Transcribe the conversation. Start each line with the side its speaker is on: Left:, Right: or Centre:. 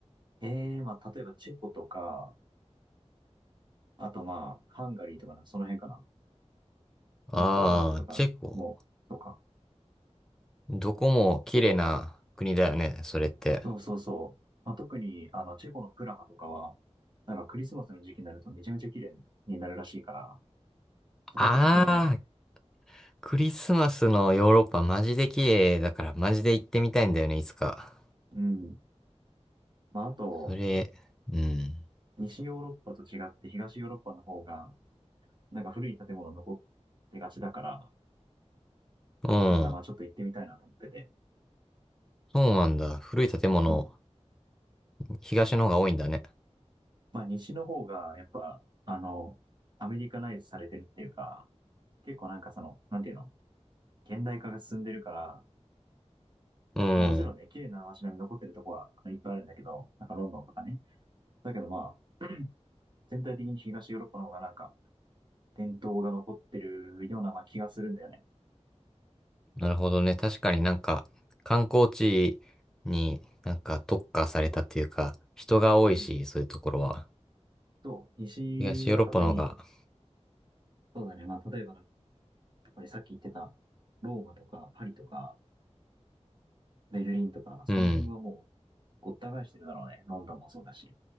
Right: ええまあ、例えばチェコとか、あとまあ、ハンガリーとかなんかその辺かな。
Centre: ああー、
Right: まあ、ポーランドとかも、
Centre: チェコ。
Right: そうか。
Centre: どこも綺麗な国だよね、それって。
Right: そうそうそう。まあ、特に、あの、チェコのプラハとかは、なんかクリスマスの時期になるとめちゃめちゃ綺麗になるらしいから、そこちょっと興味あるんだよね。
Centre: ああ、クリスマスのヨーロッパマジで綺麗だからマジで行ってみたいんだよね、いつか。
Right: うん。まあ、あと、
Centre: それ、うん。
Right: 西ヨーロッパと違って東ヨーロッパの方が、なんか古い建物残ってがちだから、
Centre: うん。
Right: だからまあちょっと行ってみたいなと思ってて。
Centre: そうなんだ。古い建物、
Right: そう。
Centre: 東の方が多いんだね。
Right: まあ西の方が、やっぱ、あの、アメリカナイズされてるっていうか、結構なんかその、なんていうの現代化が進んでるから、
Centre: うん。
Right: まあもちろんね、綺麗な街並み残ってるとこはいっぱいあるんだけど、なんかロンドンとかね。だけどまあ、全体的に東ヨーロッパの方がなんか伝統が残ってるようなまあ気がするんだよね。
Centre: なるほどね。確かになんか、観光地になんか特化されたっていうか、人が多いし、
Right: うん。
Centre: そういうところは。
Right: と、西は特に、
Centre: 東ヨーロッパの方が、
Right: そうだね、まあ例えばだやっぱりさっき言ってたローマとかパリとかベルリンとか、その辺はもうごった返してるだろうね。
Centre: うん。
Right: ロンドンもそうだし。